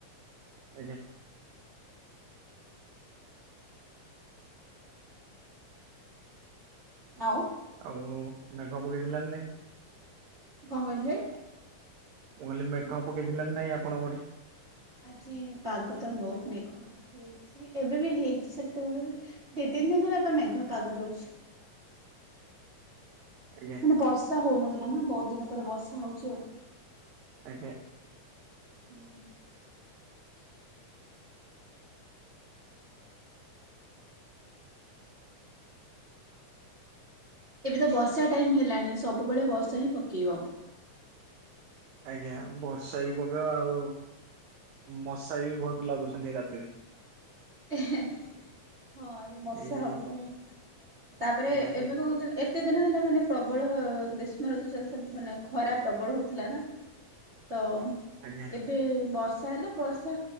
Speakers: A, on the right; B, on the right.
A: ଆଜ୍ଞା <unintelligible>
B: ଆଉ
A: ଆଉ ବାଘ <unintelligible>
B: କଣ କହିଲେ?
A: ମୁଁ କହିଲି ମେଘ ପକେଇଥିଲା ନାଇଁ ଆପଣ <unintelligible>
B: ଆଜି ପାଗ ତ ବହୁତ ମେଘୁଆ ଅ ହେଇଛି ଏବେ ବି ହେଇଛି ସେତେବେଳେ ବି ଦି ତିନି ଦିନ ହେଲା ତ ମେଘ ପାଗୁଆ ଦେଉଚି।
A: ଆଜ୍ଞା
B: ମାନେ ବର୍ଷା ହଉନଥିଲା ନା ବହୁତ ଦିନ ପରେ ବର୍ଷା ହଉଛି।
A: ଆଜ୍ଞା
B: ହୁଁ ଏବେ ତ ବର୍ଷା ଟାଇମ ହେଲାଣି ସବୁବେଳେ ବର୍ଷା ହିଁ ପକେଇବ।
A: ଆଜ୍ଞା ବର୍ଷା ବି ପକେଇବ ଆଉ ମଶା ବି ବହୁତ ଲାଗୁଛନ୍ତି ରାତିରେ।
B: ହେଁ ହେଁ ବର୍ଷା
A: ଏଇ
B: ହେବ ଆଉ। ତାପରେ
A: ଆଜ୍ଞା ଏଇ
B: ଏବେ କଣ କେତେ ଦିନ ହେଲା ମାନେ ପ୍ରବଳ ଗ୍ରୀଷ୍ମ ଋତୁ ଚାଲି ମାନେ ଖରା ପ୍ରବଳ ହଉଥିଲା ନା। ତ
A: ଆଜ୍ଞା
B: ଏବେ ବର୍ଷା ହେଲା ବର୍ଷା